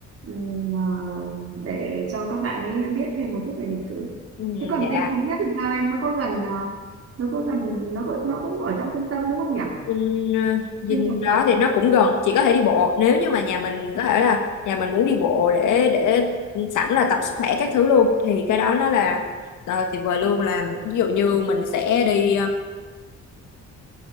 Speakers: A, on the right; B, on the left.
A: Ừm, à, để cho các bạn ấy biết thêm một chút về lịch sử
B: ừ,
A: thế còn
B: dạ
A: Dinh Thống Nhất thì sao em nó có gần à, nó có gần nó có, nó cũng ở trong trung tâm đúng không nhỉ
B: Dinh, ờ, Dinh
A: Dinh Độc
B: đó
A: Lập
B: thì nó cũng gần chỉ có thể đi bộ nếu như mà nhà mình có thể là nhà mình muốn đi bộ để để sẵn là tập sức khỏe các thứ luôn thì cái đó nó là
A: ừ,
B: ờ, tuyệt vời luôn là ví dụ như mình sẽ đi ờ,